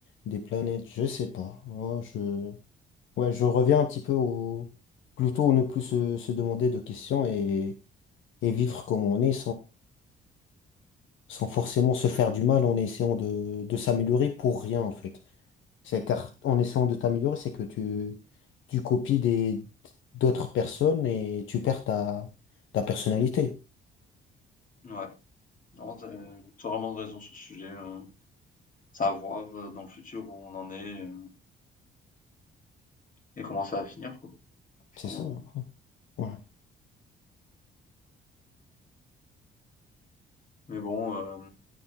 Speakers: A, on the left; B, on the left.
A: des planètes, je sais pas. Moi, je, ouais, je reviens un petit peu au, plutôt ne plus se, se demander de questions et, et vivre comme on est sans forcément se faire du mal en essayant de, de s'améliorer pour rien en fait. C'est car en essayant de t'améliorer, c'est que tu, tu copies des d'autres personnes et tu perds ta, ta personnalité.
B: Ouais, non, t'as as vraiment raison sur ce sujet, heu, c'est à voir, heu, dans le futur où on en est. et comment ça va finir, quoi.
A: C'est
B: Enfin,
A: ça. hein. Ouais.
B: mais bon, euh,